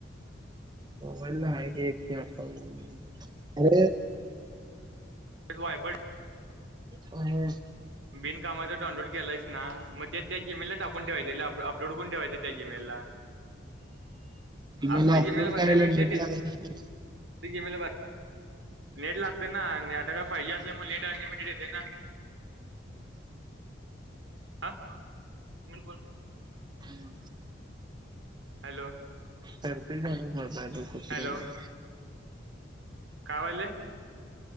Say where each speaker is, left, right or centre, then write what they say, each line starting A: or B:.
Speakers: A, on the right; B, on the right.
A: मोबाईल ला आहे की अर
B: वायफाय
A: हम
B: बिनकामाचं डाऊनलोड केलायच ना मग ते त्या जीमेलला टाकून ठेवायचे अपलोड करून ठेवायच त्या जीमेलला
A: मला
B: आपलं जीमेल
A: अपलोड
B: भरण्यापेक्षा
A: कराला नेट
B: त्यांचं
A: लागत नाही
B: जीमेल भर नेट लागत आता काय फाइव जी असल्यामुळं नेट अनलिमिटेड येत ना. हा बोल.
A: हम्म!
B: हॅलो
A: करतो, घे मर्दा
B: हॅलो
A: <unintelligible>
B: काय व्हायलय?